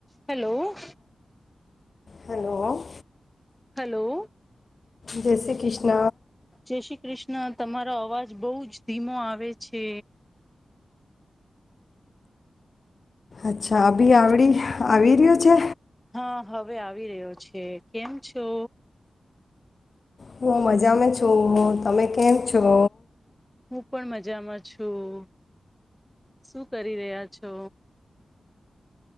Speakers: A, in the centre; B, on the left (about 45°).
A: Hello.
B: Hello.
A: Hello.
B: જય શ્રી ક્રિષ્ન
A: જય શ્રી કૃષ્ણ તમારો અવાજ બઉજ ધીમો આવે છે
B: અચ્છા આ બી આવડી આવી રહ્યો છે.
A: હા હવે આવી રહ્યો છે કેમ છો?
B: હું મજામાં છું તમે કેમ છો?
A: હું પણ મજામાં છું શું કરી રહ્યા છો?